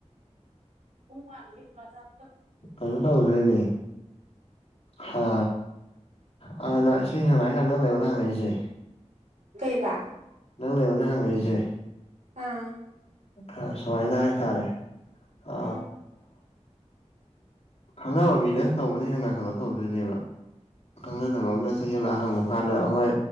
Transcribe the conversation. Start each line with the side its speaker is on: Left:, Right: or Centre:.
Right: <unintelligible>
Left: ꯀꯩꯅꯣ ꯇꯧꯗꯣꯏꯅꯦ ꯍꯥ ꯍꯥꯟꯅ <unintelligible> ꯅꯪꯅ ꯑꯩꯉꯣꯟꯗ ꯍꯪꯉꯛꯏꯁꯦ
Right: ꯀꯩꯕ
Left: ꯅꯪꯅ ꯑꯩꯉꯣꯜꯗ ꯍꯉꯛ ꯏ ꯁꯦ
Right: ꯑꯥ
Left: ꯑ ꯁꯨꯃꯥꯏꯅ ꯍꯥꯏꯇꯥꯔꯦ ꯑ
Right: ꯎꯝ
Left: ꯈꯪꯅꯕ ꯃꯤꯅ ꯇꯧꯕꯅ ꯍꯦꯅꯥ ꯀꯩꯅꯣ ꯇꯧꯗꯣꯏꯅꯦꯕ ꯈꯪꯅꯗꯕ ꯑꯃꯅ ꯆꯪꯖꯜꯂ ꯍꯪꯉꯨ ꯀꯥꯟꯗ ꯍꯣꯏ